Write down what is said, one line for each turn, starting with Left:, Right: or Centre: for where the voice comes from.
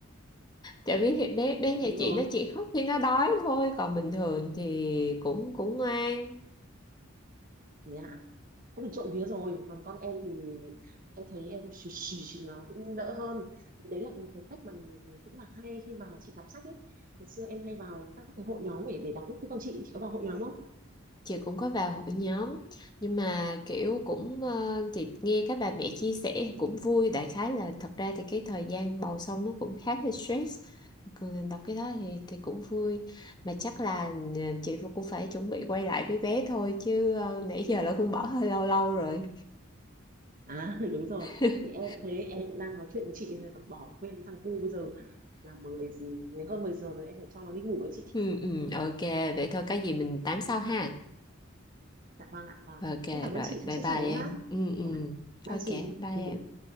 Left: Tại vì thì bé bé nhà
Right: đúng
Left: chị
Right: rồi
Left: nó chỉ khóc khi nó đói thôi, còn bình thường thì cũng cũng ngoan.
Right: thế ạ cũng trộm vía rồi còn con em thì em thấy em xì xì thì nó cũng đỡ hơn thì đấy là một cái cách mà cũng là hay khi mà chị đọc sách ấy ngày xưa em hay vào các cái hội nhóm để để đọc ấy. Thế con chị, chị có vào hội nhóm không
Left: Chị cũng có vào hội nhóm nhưng mà kiểu cũng ờ, chị nghe các bà mẹ chia sẻ cũng vui đại khái là thật ra thì cái thời gian bầu xong nó cũng khá là stress còn đọc cái đó thì thì cũng vui mà chắc là ờ, chị cũng phải chuẩn bị quay lại với bé thôi chứ ờ, nãy giờ là cũng bỏ hơi lâu lâu rồi
Right: à <laughs> đúng rồi
Left: <laughs>
Right: thì em cũng thế em cũng đang nói chuyện với chị còn bỏ quên thằng cu bây giờ là mười giờ- mười- hơn 10 giờ rồi em phải cho nó đi ngủ ấy chị
Left: Ừ,
Right: ạ.
Left: ừ, ok, vậy thôi có gì mình tám sau ha.
Right: dạ vâng ạ vâng
Left: Ok,
Right: em cảm ơn
Left: rồi,
Right: chị đã
Left: bye
Right: chia
Left: bye
Right: sẻ
Left: em.
Right: nhá
Left: Ừ, ừ,
Right: dạ bye
Left: ok,
Right: chị
Left: bye
Right: <laughs>
Left: em.